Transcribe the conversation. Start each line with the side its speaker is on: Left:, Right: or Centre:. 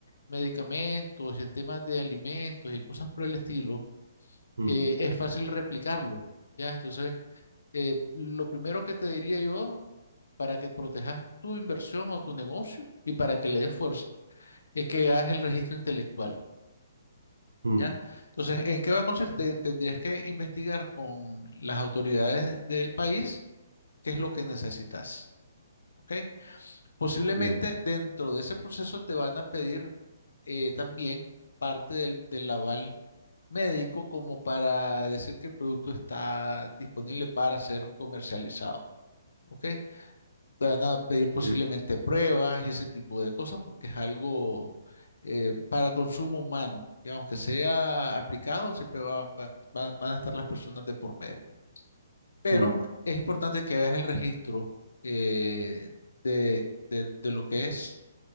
Left: medicamentos, en temas de alimentos y cosas por el estilo,
Right: Mm,
Left: eh, es fácil replicarlo, ¿ya? Entonces, eh, lo primero que te diría yo para que protejas tu inversión o tu negocio y para que le des fuerza. Es que hagas el registro intelectual,
Right: mm,
Left: ¿ya? Entonces, ¿en qué va a consistir? Tendrías que investigar con las autoridades del país qué es lo que necesitas, ¿ok? Posiblemente
Right: bien.
Left: dentro de ese proceso te van a pedir eh, también parte del, del aval médico como para decir que el producto está disponible para ser comercializado, ¿ok? van a pedir posiblemente
Right: Sí.
Left: pruebas y ese tipo de cosas porque es algo eh, para consumo humano. Y aunque sea aplicado, siempre va- va- va- van a estar las personas de por medio. Pero
Right: Mm,
Left: es importante que hagas el registro eh, de, de- de lo que es